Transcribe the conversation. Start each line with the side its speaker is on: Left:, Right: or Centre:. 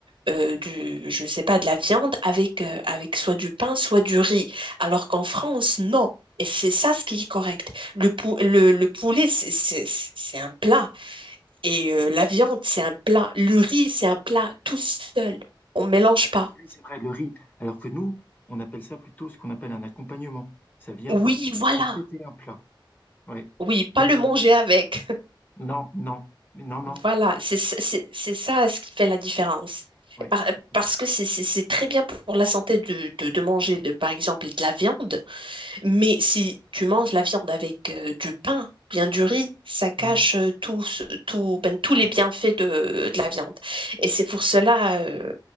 Right: euh, du, je sais pas, de la viande avec, euh, avec soit du pain, soit du riz, alors qu'en France, non. Et c'est ça ce qui est correct. Le, pou-
Left: Mais-
Right: le, le poulet, c'est c'est- c'est un plat. Et euh, la viande, c'est un plat. Le riz, c'est un plat tout seul. On ne mélange
Left: mais,
Right: pas.
Left: ah oui, oui, c'est vrai, le riz. Alors que nous, on appelle ça plutôt ce qu'on appelle un accompagnement. Ça vient
Right: Oui,
Left: pour com-
Right: voilà.
Left: compléter un plat. Oui,
Right: Oui, pas
Left: oui,
Right: le
Left: oui.
Right: manger avec. <laughs>
Left: Non, non, mais non, non.
Right: Voilà, c'est ça c'est- c'est ça ce qui fait la différence.
Left: Ouais,
Right: Et par-
Left: c'est
Right: parce
Left: ça.
Right: que c'est c'est- c'est très bien pour la santé de, de, de manger, de, par exemple, de la viande, Mais si tu manges la viande avec euh, du pain, bien du riz, ça gâche
Left: Mm,
Right: euh, tout, ce- tout, ben, tous les
Left: ouais.
Right: bienfaits de, de la viande. Et c'est pour cela, euh,